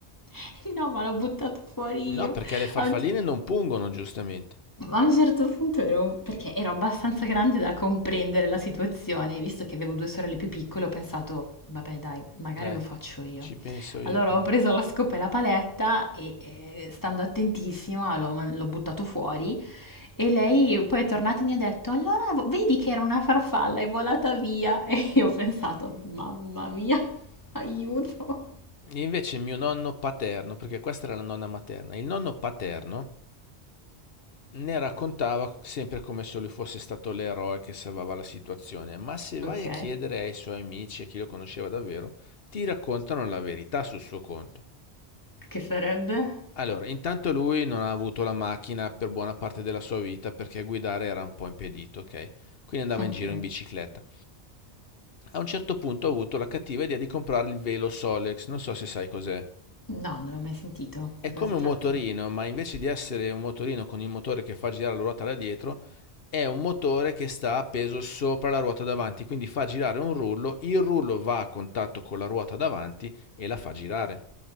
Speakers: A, on the left; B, on the left.
A: <laughs> no, ma l'ho buttato fuori
B: No,
A: io.
B: perché le farfalline
A: A un ce
B: non pungono, giustamente.
A: Ma a un certo punto ero, perché ero abbastanza grande da comprendere la situazione, e visto che avevo due sorelle più piccole, ho pensato, vabbè dai, magari
B: Dai,
A: lo faccio io.
B: ci penso io
A: Allora
B: prima.
A: ho preso
B: che-
A: la scopa e la paletta e eh, stando attentissima l'ho, man- l'ho buttato fuori e lei poi è tornata e mi ha detto, allora vo- vedi che era una farfalla, è volata via. <laughs> E io ho pensato, mamma mia, aiuto.
B: Invece mio nonno paterno, perché questa era la nonna materna, il nonno paterno Ne raccontava sempre come se lui fosse stato l'eroe che salvava la situazione, ma se vai
A: Ok,
B: a chiedere ai suoi amici, a chi lo conosceva davvero, ti raccontano la verità sul suo conto.
A: che sarebbe?
B: Allora, intanto lui non ha avuto la macchina per buona parte della sua vita perché guidare era un po' impedito, ok? Quindi andava
A: Ok.
B: in giro in bicicletta. A un certo punto ha avuto la cattiva idea di comprare il velo Solex, non so se sai cos'è.
A: No, non l'ho mai sentito,
B: È
A: di cosa
B: come
A: si
B: un
A: tratta?
B: motorino, ma invece di essere un motorino con il motore che fa girare la ruota da dietro, è un motore che sta appeso sopra la ruota davanti, quindi fa girare un rullo, il rullo va a contatto con la ruota davanti e la fa girare.